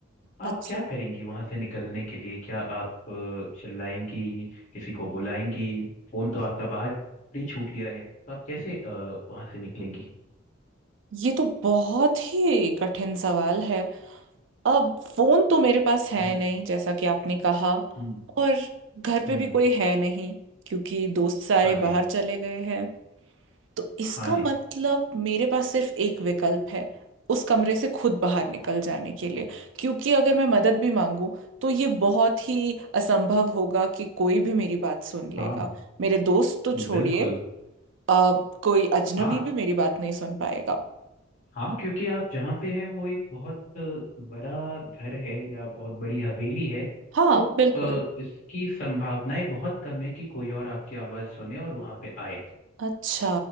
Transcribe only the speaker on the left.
आप क्या करेंगी वहां से निकलने के लिए क्या आप अ, चिल्लाएंगी किसी को बुलाएंगी फोन तो आपका बाहर ही छूट गया है तो आप कैसे अ, वहां से निकलेंगी
हम्म
हम्म
हम्म,
हाँ जी
हाँ जी
हाँ
बिल्कुल
हाँ
हाँ क्योंकि आप जहाँ पे हैं वो एक बहुत अ, बड़ा घर है या बहुत बड़ी हवेली है
तो
अ, इसकी संभावनाएं बहुत कम है कि कोई और आपकी आवाज सुने और वहां पे आए